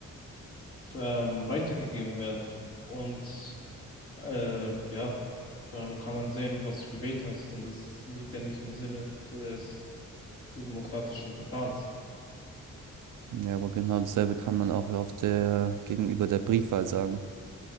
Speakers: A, on the left; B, on the right.
A: ähm, weitergegeben werden. Und äh, ja, dann kann man sehen, was du gewählt hast. Und das liegt ja nicht im Sinne des demokratischen Verfahrens.
B: Ja, aber genau dasselbe kann man auch auf der, gegenüber der Briefwahl sagen.